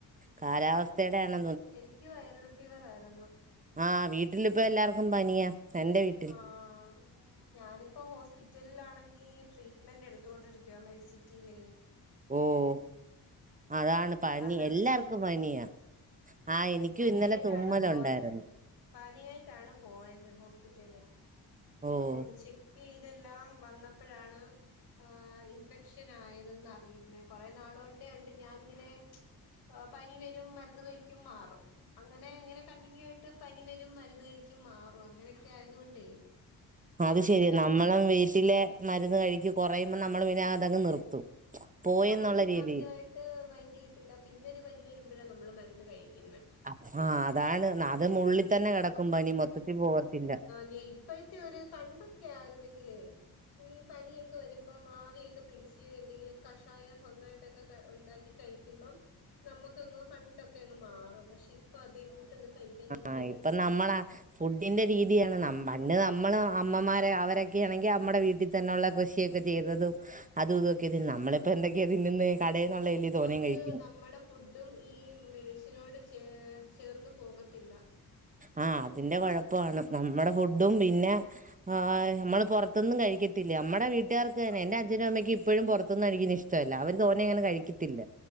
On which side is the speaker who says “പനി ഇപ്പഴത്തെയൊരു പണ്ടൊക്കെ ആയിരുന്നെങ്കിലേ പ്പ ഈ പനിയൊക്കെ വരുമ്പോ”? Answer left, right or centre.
Left